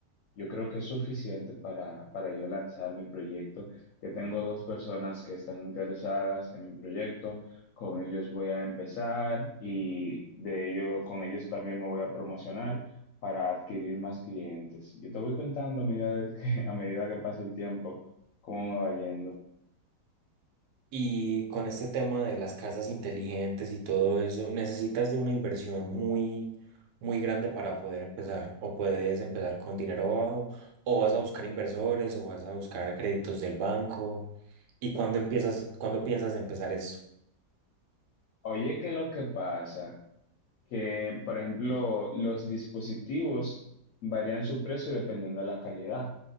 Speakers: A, on the left; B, on the right.
A: yo creo que es suficiente para, para yo lanzar mi proyecto, que tengo dos personas que están interesadas en mi proyecto, con ellos voy a empezar y de ellos, con ellos también me voy a promocionar para adquirir más clientes. Yo te voy contando a medida de que, <laughs> a medida que pase el tiempo cómo me va yendo.
B: Y con este tema de las casas inteligentes y todo eso, ¿necesitas de una inversión muy, muy grande para poder empezar? ¿O puedes empezar con dinero bajo? ¿O vas a buscar inversores? ¿O vas a buscar créditos del banco? ¿Y cuándo empiezas, cuándo piensas empezar esto?
A: Oye, ¿qué es lo que pasa? que, por ejemplo, los dispositivos varían su precio dependiendo de la calidad.